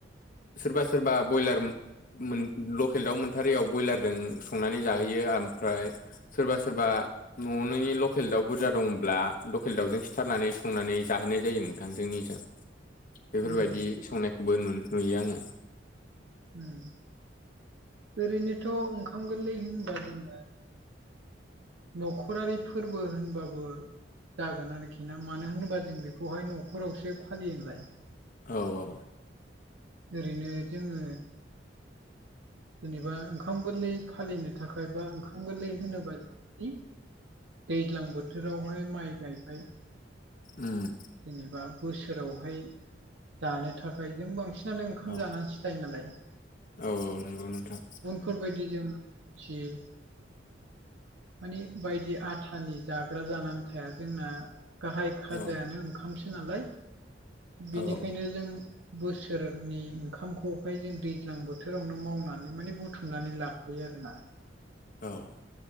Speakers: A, on the left; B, on the right.
A: सोरबा सोरबा बयलार मोन लकेल दाउ मोनथारैयाव बयलारजों संनानै जाहैयो ओमफ्राय सोरबा सोरबा न'नि लकेल दाउ बुरजा दंब्ला लकेल दाउजों सिथा थारनानै संनानै जाहोनाय जायो नोंथां जोंनिजों बेफोरबायदि
B: उम
A: संनाय खौबो नु-नुयो आंङो।
B: उम ओरैनोथ' ओंखाम गोरलै होनबा जोङो न'खरारि फोरबो होनबाबो जागोन आरोखि ना। मानो होनोबा जों बेखौहाय न'खरावसो फालियो नालाय।
A: औ औ।
B: ओरैनो जोङो जेनेबा ओंखाम गोरलै फालिनो थाखाय बा ओंखाम गोरलै होनोबा जों मानि दैज्लां बोथोरावहाय माइ गायबाय
A: ओम
B: जेनेबा बोसोरावहाय दानो थाखाय जों बांसि जनो ओंखाम
A: औ
B: जानानैसो थायो नालाय।
A: औ औ नोंगौ नोंथां।
B: फोरबायदि जों फियो मानि बायदि आथानि जाग्रा जानानै थाया जोंना गाहाय खाजायानो
A: औ
B: ओं ओमसै <inaudible> नालाय बेनिखायनो
A: औ
B: जों बोसोरनि ओंखामखौहाय जों दैज्लां बोथोरावनो मावनानै माने बुथुमनानै ला होैयोआरोना
A: औ